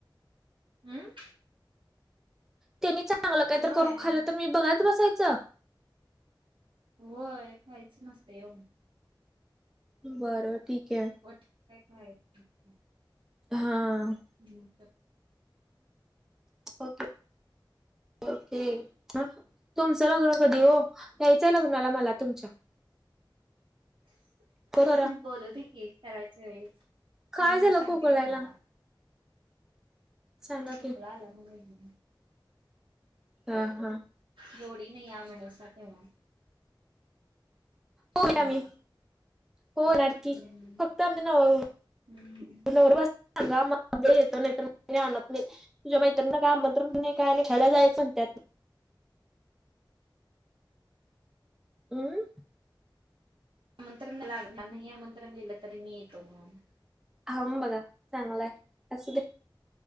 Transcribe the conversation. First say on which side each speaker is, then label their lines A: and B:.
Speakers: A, on the right; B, in the centre.
A: अम्म.
B: त्यांनी चांगलं काहीतरी
A: होय
B: करून खाल्लं, त मी बघत बसायचं.
A: होय खायच नसतय ओ.
B: बरं ठीके.
A: वट काय खाय. अच्छा <inaudible>
B: ह.
A: ह् <unintelligible>
B: ओके, ओके. ह तुमचं लग्न कधी हो, या्यचंय लग्नाला मला, तुमच्या. बरोबर
A: बोलवते की करायच्या वेळेस,
B: काय
A: हम्म
B: झालं
A: सांगते
B: खोकलायला
A: की तुम्हाला.
B: सांगा
A: खोकला
B: की
A: आला <unintelligible>
B: ह, ह.
A: जोडी ने या, म्हणेस तेव्हा.
B: हो
A: लग्नाला
B: येनार मी हो येणार. कि
A: हम्म
B: फक्त आमचे नव
A: हम्म
B: नवरबाच सांगा मग येतो नाही तर आणत नाही. तुझ्या मैत्रीनीला आमंत्रण नाही काय आणि खायला जायचं ना त्यात. अम्म.
A: नंतर न लागणार नाहीये, आमंत्रम दील तरी मी येतो म्हणून.
B: खाऊन बघा चांगला आहे. असू दे.